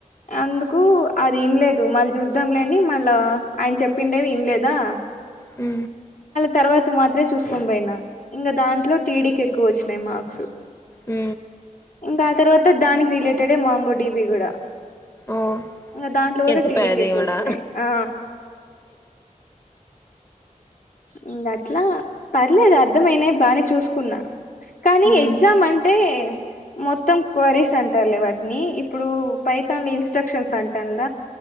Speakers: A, on the left (about 75°); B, on the left (about 20°).
A: అందుకు అది విన్లేదు మళ్ళీ చూద్దాంలే అని మళ్ళా ఆయన చెప్పిండేవి విన్లేదా
B: మ్
A: తర్వాత మాత్రే చూసుకొని పోయినా ఇంగ దాంట్లో టీడీకి ఎక్కువోచ్చినాయి మార్క్స్
B: మ్
A: ఇంగ ఆ తర్వాత దానికి రిలేటెడేగ మాంగో టీబి కూడా
B: ఓ
A: ఇగ దాంట్లో కూడా
B: ఎత్తిపా
A: టీడీకెక్కువోచ్చినాయి
B: దేవుడా
A: ఆ ఇంగ అట్లా పర్లేదు అర్ధమైనాయి బానే చూసుకున్నా కానీ
B: ఉమ్
A: ఎగ్జామ్ అం టే మొత్తం క్వరీస్ అంటారులే వాటిని ఇప్పుడు పైతన్ల ఇన్స్ట్రక్షన్స్ అంటాల్ల